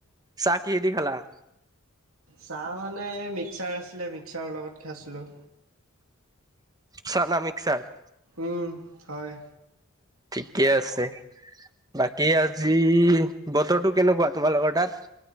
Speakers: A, on the right (about 20°); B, on the right (about 80°).
A: চাহ কি হেদি খালা?
B: চাহ মানে মিক্সাৰ আছিলে, মিক্সাৰৰ লগত খাইছিলোঁ।
A: চানা মিক্সাৰ।
B: উম, হয়।
A: ঠিকে আছে, বাকী আজি বতৰটো কেনেকুৱা তোমালোকৰ তাত?